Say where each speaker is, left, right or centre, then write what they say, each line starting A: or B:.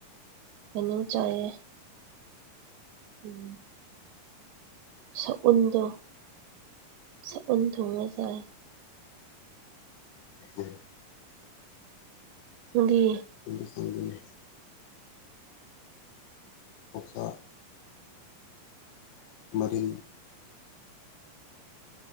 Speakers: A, on the right; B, on the left.
A: ꯀꯩꯅꯣ ꯆꯥꯌꯦ ꯎꯝ ꯁꯎꯟꯗꯣ ꯁꯎꯟ ꯊꯣꯡꯕ ꯆꯥꯏ
B: ꯎꯝ
A: ꯅꯪꯗꯤ
B: ꯑꯗꯨ ꯐꯪꯖꯅꯦ ꯑꯣꯛꯁꯥ ꯃꯔꯤꯜ